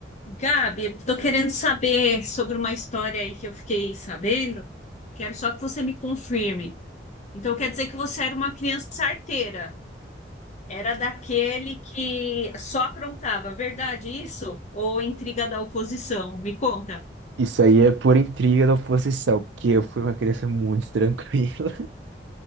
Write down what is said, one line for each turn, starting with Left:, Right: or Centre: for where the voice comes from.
Left: Gabi, estou querendo saber sobre uma história aí que eu fiquei sabendo. Quero só que você me confirme. Então, quer dizer que você era uma criança arteira? Era daquele que só aprontava, verdade isso? Ou intriga da oposição? Me conta.
Right: Isso aí é por intriga da oposição, porque eu fui uma criança muito tranquila.